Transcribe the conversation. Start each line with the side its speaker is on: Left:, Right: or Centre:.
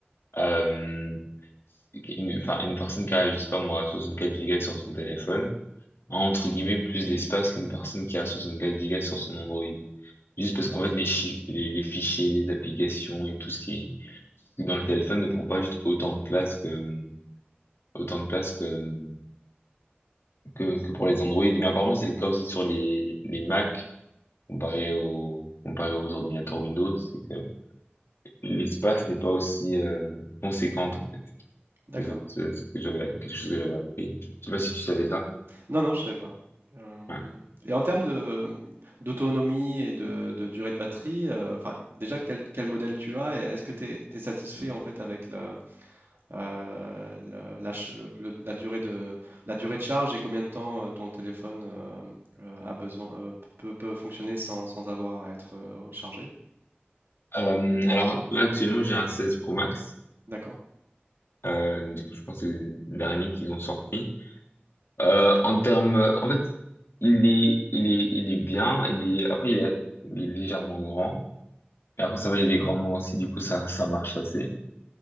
Left: Euh, une, enfin, une personne qui a, je sais pas moi, 64 gigas sur son téléphone, a, entre guillemets, plus d'espace qu'une personne qui a 64 gigas sur son Android. Juste parce qu'en fait, les, chi- les, les fichiers, les applications et tout ce qui, est dans le téléphone ne prend pas juste autant de place que, autant de place que, que, que pour les Android. Mais apparemment, c'est le cas aussi sur les, les Mac, comparé au, comparé aux ordinateurs Windows, c'est que l'espace n'est pas aussi, euh, conséquent.
Right: d'accord.
Left: Les autres, euh, ce que j'avais, quelque chose que j'avais appris. Je sais pas si tu savais ça.
Right: Non, non, je savais pas. Euh,
Left: Ouais.
Right: Et en termes de d'autonomie et de, de durée de batterie, euh, enfin déjà quel, quel modèle tu as et est-ce que tu es, satisfait en fait avec la, euh, la, la ch- le- le- la durée de la durée de charge et combien de temps euh, ton téléphone euh, euh, a besoin euh, peut, peut fonctionner sans, sans avoir à être euh, chargé?
Left: Euh, alors là, actuellement, j'ai un 16 Pro Max.
Right: D'accord.
Left: Euh, du coup, je pense que c'est le dernier qu'ils ont sorti. Euh, en termes, en fait, il est, il est, il est bien. Il est, après, il est, il est légèrement grand. Et après, ça va, il est grandement aussi. Du coup, ça, ça marche assez.